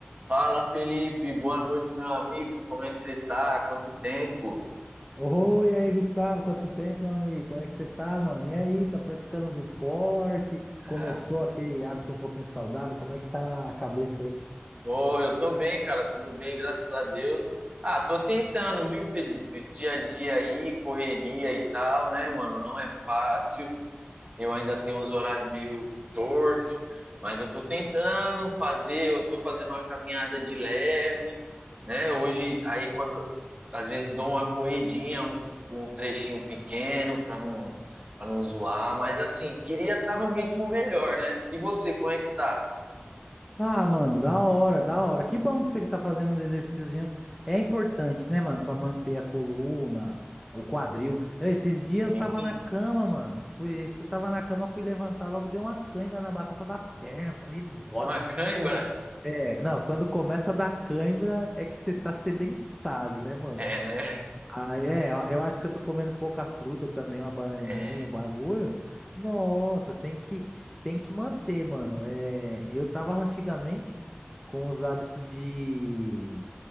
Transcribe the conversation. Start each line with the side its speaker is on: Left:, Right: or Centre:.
Right: Fala, Felipe. Boa noite, meu amigo. Como é que você tá? Quanto tempo?
Centre: Oi, e aí, Gustavo, quanto tempo, meu amigo? Como é que você tá, mano? E aí, tá praticando os esportes?
Right: <laughs>
Centre: Começou aquele hábito um pouquinho saudável? Como é que tá a cabeça aí?
Right: Ô, eu tô bem, cara. Tudo bem, graças a Deus. Ah, tô tentando, viu, Felipe? Dia a dia aí, correria e tal, né, mano? Não é fácil. eu ainda tenho uns horários meio torto, mas eu estou tentando fazer, eu estou fazendo uma caminhada de leve, né? Hoje, aí quando às vezes dou uma corridinha, um, um trechinho pequeno para não para não zoar, mas assim, queria estar tá num ritmo melhor, né? E você, como é que tá?
Centre: Ah, mano, da hora, da hora. Que bom que você que tá fazendo uns exercíciozinhos. É importante, né, mano, pra manter a coluna, o quadril. Eu, esses dias
Right: Sim.
Centre: eu tava na cama, mano. Fui, eu tava na cama, fui levantar, logo deu uma cãibra na batata da perna. Eu Falei, nossa.
Right: Uma cãibra?
Centre: É, não, quando começa a dar cãibra é que você tá sedentário, né, mano?
Right: É, né?
Centre: Ah é, eu eu acho que eu tô comendo pouca fruta também, uma bananinha,
Right: É,
Centre: um bagulho. Nossa, tem que tem que manter, mano. É, eu tava antigamente com os hábitos de